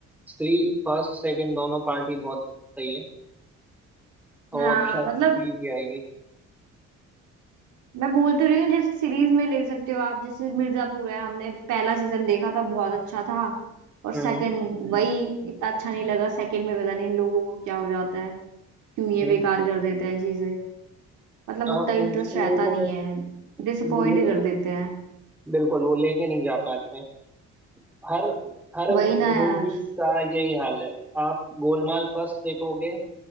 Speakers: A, in the centre; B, on the right.
A: स्त्री फर्स्ट सेकंड दोनों पार्ट ही बहुत सही है
B: हाँ
A: और अब शायद
B: मतलब
A: थ्री भी आएगी
B: मैं बोल तो रही हूँ जैसे सीरीज में ले सकते हो आप जैसे मिर्जापुर है हमने पहला सीजन देखा था बहुत अच्छा था और
A: हम्म
B: सेकंड वही इतना अच्छा नहीं लगा सेकंड में पता नहीं इन लोगों को क्या हो जाता है क्यों ये
A: हम्म
B: बेकार
A: हम्म।
B: कर देते हैं चीजें मतलब
A: हाँ
B: उतना इंटरेस्ट
A: वो स्टोरी
B: रहता
A: को
B: नहीं है डिसअपॉइंट
A: ले,
B: कर देते हैं
A: बिल्कुल वो लेके नहीं जा पाते हैं हर हर
B: वही ना यार
A: मूवीज का यही हाल है आप गोलमाल फर्स्ट देखोगे